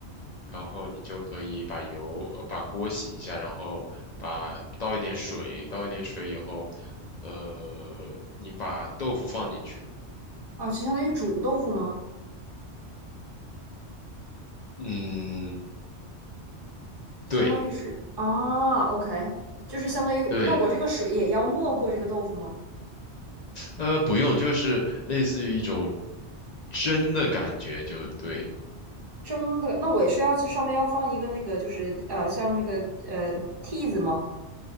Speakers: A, on the left; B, on the right.
A: 然后你就可以把油，呃把锅洗一下，然后把倒一点水，倒一点水以后，呃，你把豆腐放进去，
B: 啊，就相当于煮豆腐吗？
A: 嗯，
B: 相当于是啊，OK，
A: 对
B: 就是相当于那我这个水也要没过这个豆腐吗？
A: 对，呃，不用，就是类似于一种蒸的感觉，就对。
B: 蒸的，那我也是要去上面要放一个那个，就是呃，像那个呃屉子吗？